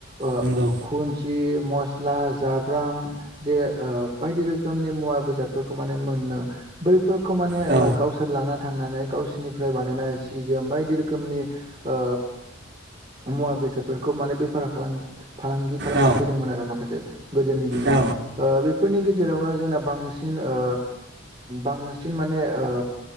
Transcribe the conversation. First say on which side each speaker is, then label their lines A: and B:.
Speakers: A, on the right; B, on the right.
A: ओ
B: नंगौ
A: खुन गि मस्ला जाब्रां जे ओ बायदि रोखोमनि मुवा बेस सादफोरखौ माने मोननो बैफोरखौ माने
B: औ
A: ओ गावस सोर लाना थांनानै गावसोरनिफ्राय बानायनाय सि जोम बायदि रोखोमनि ओ मुवा बेसादफोरखौ माने बेफार फालां-फालांगि खालामनो
B: औ
A: फैदोंमोन आरो माखासे गोदोनि दिनाव
B: औ
A: ओ बे फोरनि गेजेरावनो जोंना बांसिन ओ बांसिन माने ओ